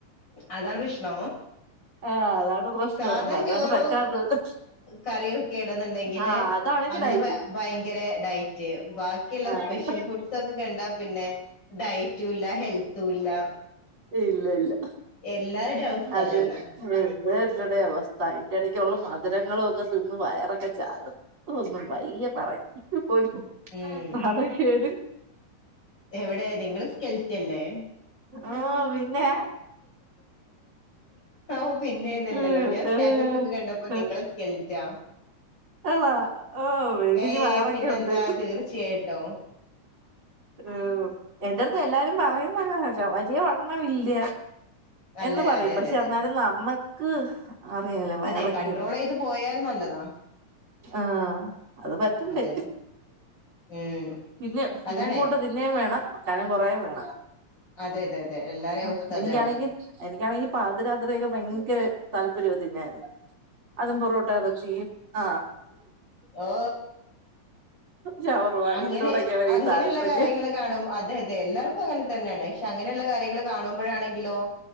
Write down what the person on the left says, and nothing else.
അതാണ് കൃഷ്ണ
സാധാ
ചോറും
കറിയും ഒക്കെ ഏണന്നുണ്ടങ്കിൽ
അന്ന്
ഭയങ്കര ഡയറ്റ് ബാക്കിയുള്ള
സ്പെഷ്യൽ ഫുഡ്സ് ഒക്കെ കണ്ടാ പിന്നെ ഡയറ്റും ഇല്ല ഹെൽത്തും ഇല്ല
എല്ലാരുടെയും അവസ്ഥ
അതന്നെ
ഉം
എവിടെ നിങ്ങള് സ്കെൽറ്റല്ലെ
ആ പിന്നെന്നല്ലല്ലോ
ഞാൻ സ്റ്റാറ്റസ്
ഒക്കെ കണ്ടപ്പോ നിങ്ങള് സ്കൽറ്റാ
ഏ
പിന്നെന്താ
തീർച്ചയായിട്ടും
അല്ലെ
അതെ
അതെ അതെ
അതെ കൺട്രോൾ ചെയ്ത് പോയാൽ നല്ലതാ
അതെ ഉം
അതാണേ
അതെ അതെ അതെ എല്ലാരേം
അവസ്ഥ അതാണ്
ആ
അങ്ങനെ
അങ്ങനെയുള്ള
കാര്യങ്ങൾ കാണും അതെ അതെ എല്ലാവർക്കും അങ്ങനെ തന്നെയാണ് പക്ഷെ അങ്ങനെയുള്ള കാര്യങ്ങൾ കാണുമ്പോഴാണെ ങ്കിലോ